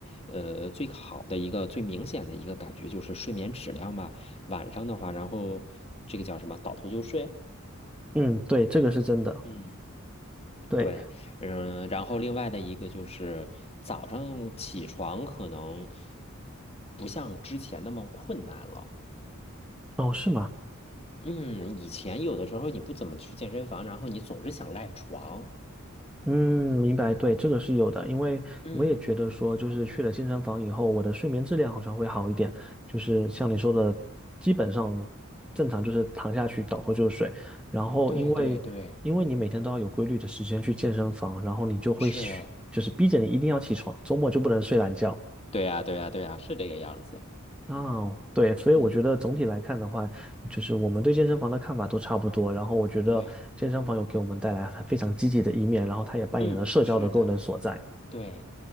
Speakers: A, on the left; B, in the centre.
A: 呃，最好的一个最明显的一个感觉就是睡眠质量吧。晚上的话，然后这个叫什么，倒头就睡。
B: 嗯，对，这个是真的。
A: 嗯，
B: 对，
A: 对，嗯，然后另外的一个就是早上起床可能不像之前那么困难了。
B: 哦，是吗？
A: 嗯，以前有的时候你不怎么去健身房，然后你总是想赖床。
B: 嗯，明白，对，这个是有的，因为我也觉得说，
A: 嗯，
B: 就是去了健身房以后，我的睡眠质量好像会好一点，就是像你说的，基本上正常就是躺下去倒头就睡，然后因为因为你每天都要有规律的时间去健身房，
A: 对对对，
B: 然后你就会需就是逼着你一定要起床，
A: 是啊
B: 周末就不能睡懒觉。
A: 对呀，对呀，对呀，是这个样子。
B: 哦，对，所以我觉得总体来看的话，
A: 嗯，
B: 就是我们对健身房的看法都差不多。然后我觉得健身房有给我们带来非常积极的一面，
A: 对。
B: 然后它也扮演了社交的功能所在。
A: 嗯，是的，对。